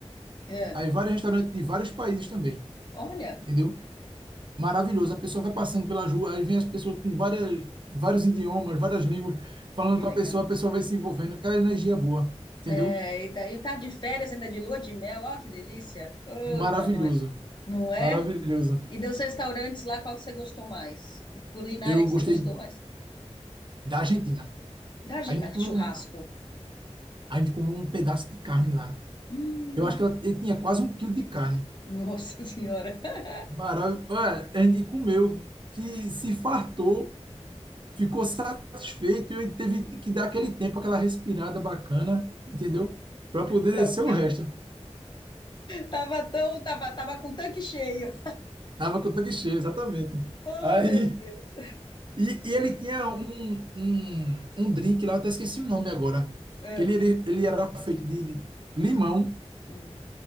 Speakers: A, on the left; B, on the right.
A: é.
B: Aí vários restaurantes de vários países também,
A: Olha,
B: entendeu? maravilhoso. A pessoa vai passando pela rua, aí vem as pessoas com várias, vários idiomas, várias línguas, falando
A: que
B: com
A: legal.
B: a pessoa, a pessoa vai se envolvendo, aquela energia boa, entendeu?
A: É, e daí tá de férias ainda de lua de mel, ó, que delícia. Puta,
B: Maravilhoso,
A: nós. Não é?
B: maravilhoso.
A: E dos restaurantes lá, qual que você gostou mais? E culinária
B: Eu
A: que
B: gostei
A: você gostou mais?
B: da Argentina.
A: Da Argen-
B: A gente
A: ah,
B: comeu
A: churrasco.
B: um, a gente comeu um pedaço de carne lá.
A: Hum,
B: Eu acho que ela, ele tinha quase um quilo de carne.
A: nossa senhora. <laughs>
B: Maravilhoso. A gente comeu, que se fartou, ficou satisfeito e teve que dar aquele tempo, aquela respirada bacana, entendeu? Para poder
A: Pra-
B: descer o resto.
A: Tava tão, tava, tava com o tanque cheio.
B: Tava com o tanque cheio, exatamente.
A: Oh,
B: Aí,
A: meu Deus.
B: e, e ele tinha um, um, um drink lá, eu até esqueci o nome agora,
A: Ah,
B: que ele, ele ele era feito de limão,
A: hum.